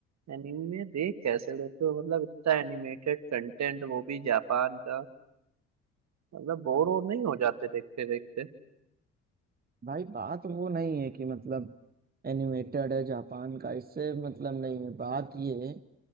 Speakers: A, on the right; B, on the right.
A: एनिमे देख कैसे लेते हो मतलब इतना एनिमेटेड कंटेंट वो भी जापान का मतलब बोर हो नहीं हो जाते देखते देखते
B: भाई बात वो नहीं है कि मतलब एनिमेटेड है जापान का इससे मतलब नहीं है बात ये है